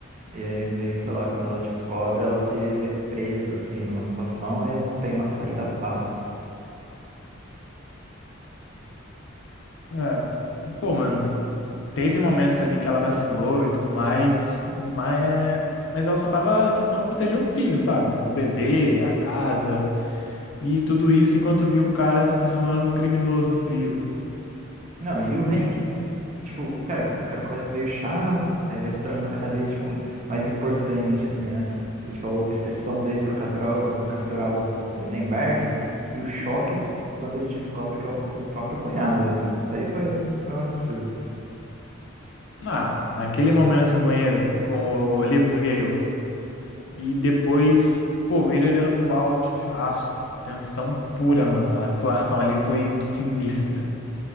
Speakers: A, on the right; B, on the left.
A: E aí, meio que, sei lá, quando ela descobre, ela se vê presa, assim, numa situação e não tem uma saída fácil.
B: É, pô, mano, teve momentos ali que ela vacilou e tudo mais, mas, mas ela só tava tentando proteger o filho, sabe? O bebê, a casa e tudo isso enquanto viu o cara se transformando num criminoso frio.
A: Não, e o Hank? Ele, tipo, cara, o cara começa meio chato, aí vai se tornando cada vez, tipo, mais importante, assim, né? E, tipo, a obsessão dele por capturar, o- capturar o Heisenberg e o choque quando ele descobre que é o, po- o próprio cunhado. Isso isso aí foi, foi um absurdo.
B: Ah, naquele momento no banheiro com o livro do Gale. E depois, pô, ele olhando pro Walt no churrasco. Tensão pura, mano. A atuação ali foi sinistra.